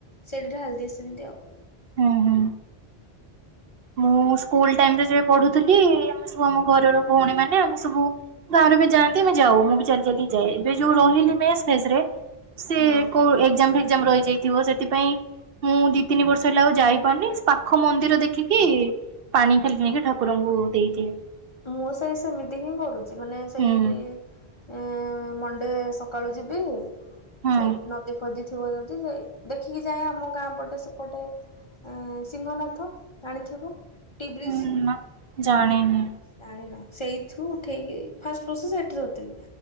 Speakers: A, on the left; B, on the right.
A: ସେଇଠୀ ଢାଳିଦିଏ ସେମିତି ଆଉ।
B: ହୁଁ ହୁଁ। ମୁଁ ସ୍କୁଲ ଟାଇମ୍ ରେ ଯେବେ ପଢୁଥିଲି, ଆମେ ସବୁ ଆମ ଘରର ଭଉଣୀ ମାନେ, ଆମେ ସବୁ ଗାଁରୁ ବି ଯାଆନ୍ତି, ଆମେ ଯାଉ ମୁଁ ବି ଚାଲି ଚାଲି ଯାଏ, ଏବେ ଯୋଉ ରହିଲି ମେସ୍ ଫେସ୍ ରେ ସେ
A: ହଁ।
B: କୋଉ ଏକ୍ଜାମ ଫେଗେଜାମ୍ ରହିଯାଇଥିବ ସେଥିପାଇଁ ମୁଁ ଦି ତିନି ବର୍ଷ ହେଲା ଆଉଯାଇ ନି ସେ ପାଖ ମନ୍ଦିର ଦେଖିକି ପାଣି ଖାଲି ନେଇକି ଠାକୁରଙ୍କୁ ଦେଇଦିଏ।
A: ମୁଁ ସେଇ ସେମିତି ହିଁ କରୁଛି ମାନେ ସେଇ
B: ହୁଁ
A: ଏ ମଣ୍ଡେ ସକାଳୁ ଯିବି
B: ହୁଁ
A: ସେଇ ନଦିଫଦି ଥି ଥିବ ଯଦି ସେଇ ଦେଖିକି ଯାଏ ଆମ ଗାଁ ପଟେ ସେପଟେ। ଆଁ ସିଂଙ୍ଗ ନାଥ ଜାଣିଥିବ ଟିିବ୍ରିଜ୍।
B: ହୁଁ ନା ଜାଣିନି।
A: ଜାଣିନ ସେଇଥିୁ ଉଠେଇକି ଫାଷ୍ଟ ବର୍ଷ ସେଠି ରୋହୁଥିଲି।